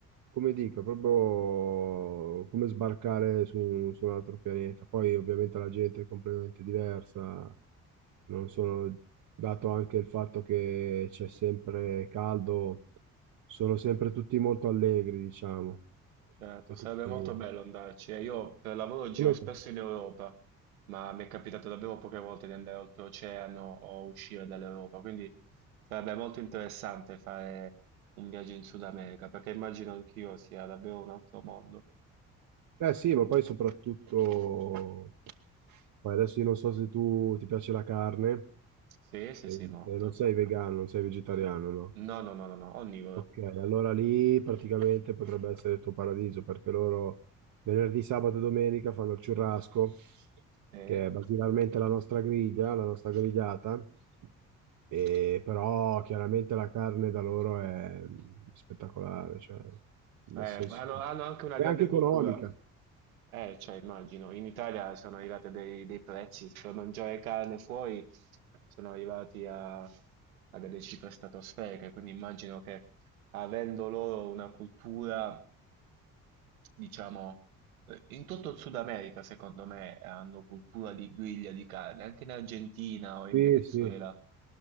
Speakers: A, on the right; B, on the right.
A: come dico, è proprio come sbarcare su, su un altro pianeta. Poi ovviamente la gente è completamente diversa, non sono, dato anche il fatto che c'è sempre caldo, sono sempre tutti molto allegri, diciamo.
B: Certo,
A: E
B: sarebbe
A: quindi-
B: molto bello andarci. Eh, Io per lavoro giro
A: Come
B: spesso
A: stai?
B: in Europa, ma mi è capitato davvero poche volte di andare oltreoceano o uscire dall'Europa, quindi sarebbe molto interessante fare un viaggio in Sud America, perché immagino anch'io sia davvero un altro mondo.
A: Eh sì, ma poi soprattutto, poi adesso io non so se tu ti piace la carne,
B: Sì, sì,
A: eh,
B: sì, molto.
A: non sei vegano, non sei vegetariano,
B: Mm.
A: no?
B: No, no, no, no, no, onnivora.
A: Ok, allora lì praticamente potrebbe essere il tuo paradiso perché loro venerdì, sabato e domenica fanno il churrasco,
B: Sì. Eh,
A: che è basilarmente la nostra griglia, la nostra grigliata, e però chiaramente la carne da loro è spettacolare, cioè nel
B: hanno,
A: senso
B: hanno anche una
A: è
B: grande
A: anche
B: cultura.
A: economica.
B: Eh, cioè, immagino, in Italia sono arrivati dei, dei prezzi per mangiare carne fuori, sono arrivati a, a delle cifre stratosferiche, quindi immagino che avendo loro una cultura diciamo, eh, in tutto il Sud America, secondo me, hanno cultura di griglia di carne, anche in Argentina o in
A: Sì,
B: Venezuela.
A: sì,